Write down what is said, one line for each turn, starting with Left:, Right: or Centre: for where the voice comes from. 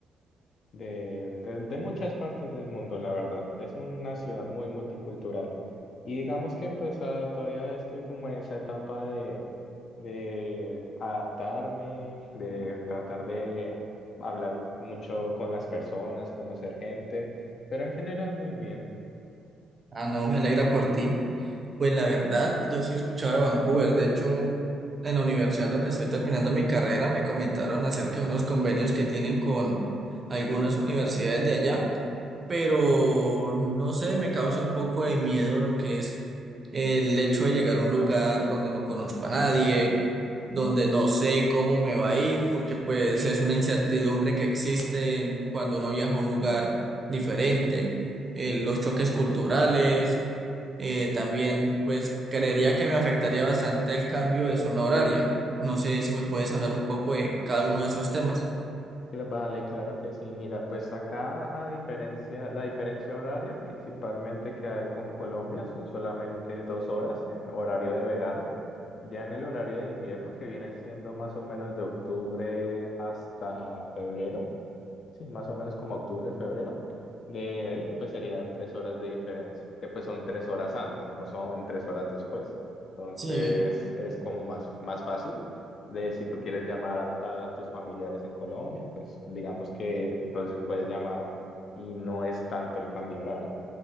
Left: de, de- de muchas partes del mundo, la verdad. Es una ciudad muy multicultural. Y digamos que pues ah, todavía estoy como en esa etapa de, de adaptarme, de tratar de hablar mucho con las personas, conocer gente, pero en general muy bien.
Right: Ah, no, me alegra por ti. Pues la verdad, yo sí he escuchado de Vancouver. De hecho, en la universidad donde estoy terminando mi carrera, me comentaron acerca de unos convenios que tienen con algunas universidades de allá. pero no sé, me causa un poco de miedo lo que es el hecho de llegar a un lugar donde no conozco a nadie, donde no sé cómo me va a ir, porque pues es una incertidumbre que existe en- cuando uno viaja a un lugar diferente, eh, los choques culturales, eh, también pues creería que me afectaría bastante el cambio de zona horaria. No sé si me puedes hablar un poco de cada uno de esos temas.
Left: Cla- Vale, claro que sí. Mira, pues acá a diferencia, la diferencia horaria principalmente que hay con Colombia son solamente dos horas en horario de verano. Ya en el horario de invierno, que viene siendo más o menos de octubre hasta febrero, Sí, más o menos como octubre, febrero. De ahí, pues serían tres horas de diferencia, que pues son tres horas antes, no son tres horas después. Entonces
Right: Sí,
Left: es como más, más fácil de si tú quieres llamar a, a tus familiares en Colombia, pues digamos que entonces puedes llamar y no es tanto el cambio horario.